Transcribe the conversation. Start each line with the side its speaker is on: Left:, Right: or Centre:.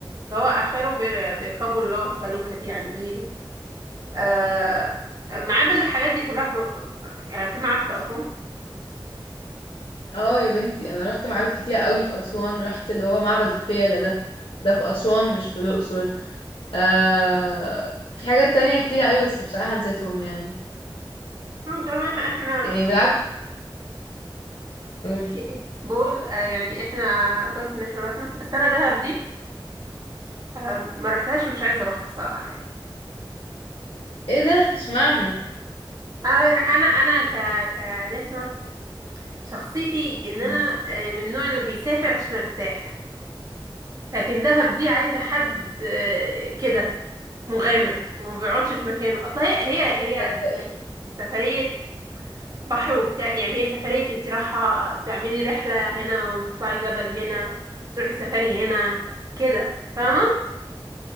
Right: اللي هو اخرهم بير- بيركبوا اللي هو الفلوكة دي على النيل آه معابد الحاجات دي كلها في الاقصر يعني في معابد في اسوان
Left: اه يا بنتي انا رحت معابد كتير قوي في اسوان رحت اللي هو معبد الفيلة ده ده في اسوان مش في الاقصر آه في حاجات تانية كتير أوي بس بصراحة نسيتهم يعني
Right: أنا مش عارفة احنا احنا-
Left: يعني بالعكس أقول
Right: إيه، إيه، بقول آه يعني احنا كويس ان احنا رحنا بس انا دهب دي آه ما رحتهاش ومش عايزة اروحها الصراحة يعني
Left: ايه ده اشمعنى
Right: انا انا ك كنسمة شخصيتي ان انا
Left: مم.
Right: آه، من النوع اللي بيسافر عشان ارتاح لكن دهب دي عايزة حد آه، كده مغامر وما بيقعدش في مكانه اصل هي هي هي
Left: صدقيني
Right: في سفرية بحر وبتاع يعني هي سفرية انت رايحة تعملي رحلة هنا وتطلعي جبل هنا وتروحي سفاري هنا كده فاهمة